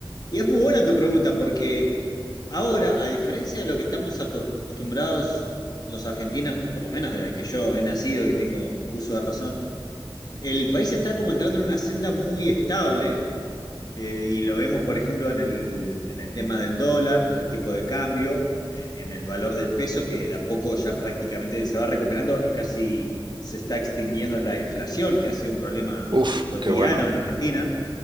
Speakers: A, on the left; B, on the right.
A: Y es muy buena tu pregunta, porque ahora, a diferencia de lo que estamos acostumbrados los argentinos, por lo menos desde que yo he nacido y tengo uso de razón, el país está como entrando en una senda muy estable, eh, y lo vemos, por ejemplo, en el, en el tema del dólar, el tipo de cambio, eh, en el valor del peso, que de a poco ya prácticamente se va recuperando y casi se está extinguiendo la inflación, que ha sido un problema
B: Uf,
A: cotidiano
B: qué bueno.
A: en Argentina.